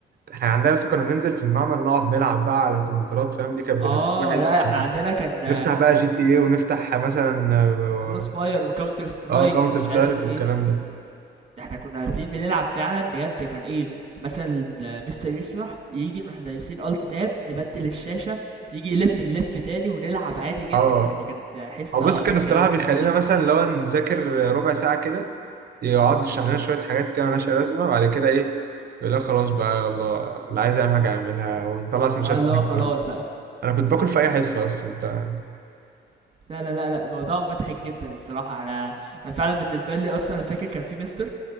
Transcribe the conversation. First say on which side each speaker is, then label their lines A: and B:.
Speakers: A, on the right; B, on the right.
A: احنا عندنا مثلا كنا بننزل في المعمل نقعد نلعب بقى على الكمبيوترات فاهم دي كانت بالنسبة
B: اه
A: لنا حصة
B: لا
A: الكمبيوتر
B: احنا عندنا كان
A: نفتح بقى جي تي ايه ونفتح مثلا اه
B: كروس فاير وكاونتر سترايك
A: آه، كاونتر
B: ومش
A: سترايك
B: عارف ايه
A: والكلام ده
B: ده احنا كنا نازلين بنلعب فعلا بجد كان ايه مثلا مستر يشرح يجي نروح دايسين الت تاب نبدل الشاشة يجي يلف نلف تاني ونلعب عادي جدا
A: اه
B: يعني كانت حصة
A: او بس كان
B: ضحكة
A: الصراحة
B: قوي الصراحة
A: بيخلينا مثلا لو نذاكر ربع ساعة كده يقعد يشرح لنا شوية حاجات كده مالهاش لازمة بعد كده ايه يقول لك خلاص بقى يلا اللي عايز يعمل حاجة يعملها ونطلع سندوتشات
B: اه اللي
A: ناكل
B: هو خلاص بقى
A: انا كنت باكل في اي حصة اصلا انت
B: لا لا لا لا الموضوع مضحك جدا الصراحة انا انا فعلا بالنسبة لي اصلا انا فاكر كان في مستر